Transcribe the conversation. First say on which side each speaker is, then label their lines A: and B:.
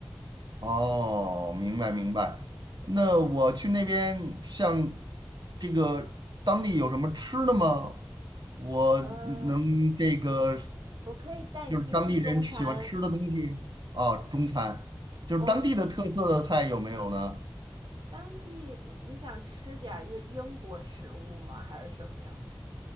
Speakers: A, on the right (about 65°); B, on the right (about 85°).
A: 哦，
B: 嗯，
A: 明白明白。那我去那边，像这个当地有什么吃的吗？我能这个
B: 呃，我可以带你去吃中餐，
A: 就是当地人喜欢吃的东西啊，中餐，就是当地的特色的菜有没有呢？
B: 我们当地你你想吃点儿就是英国食物吗？还是什么呀？